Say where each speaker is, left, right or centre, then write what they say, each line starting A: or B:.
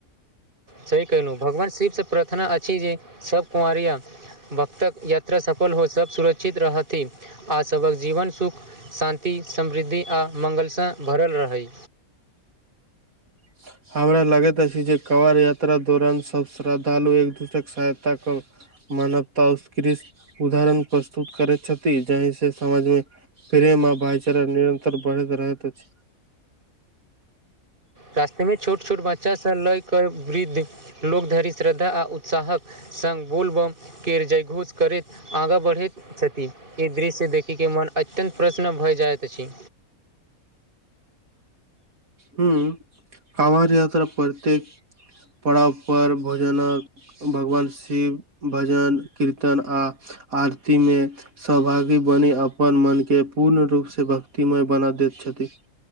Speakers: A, on the right; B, on the right.
A: सही कहलौं भगवान शिवसँ प्रार्थना अछि। जे सभ कंवरिया भक्तक यात्रा सफल हो सभ सुरक्षित रहथि आ सभक जीवन सुख। शान्ति, समृद्धि, आ मंगलस भरल रहै
B: स <inaudible> हमरा लगैत अछि जे कांवड़ यात्राक दौरान सभ श्रद्धालु एक दोसराकेँ सहायता करथि। मानवताक उत्कृष्ट उदाहरण प्रस्तुत करैत छथि, जाहिसँ समाजमे प्रेम आ भाइचाराक भावना निरन्तर बढ़ैत रहैत अछि।
A: रास्तामे छोट छोट बच्चासभ लऽ कऽ वृद्ध लोक धरि श्रद्धा आ उत्साहक संग बोलबम के जयघोष करैत। आगाँ बढ़ैत छथि, ई दृश्य देखि कऽ मन अत्यन्त प्रसन्न भऽ जाइत अछि।
B: हँ, कांवड़ यात्राक प्रत्येक पड़ाव पर भोजनक भगवान शिव भजन कीर्तन आ आरती मे सहभागी बनि अपन मनकेँ पूर्ण रूपसँ भक्तिमय बना दैत छथि।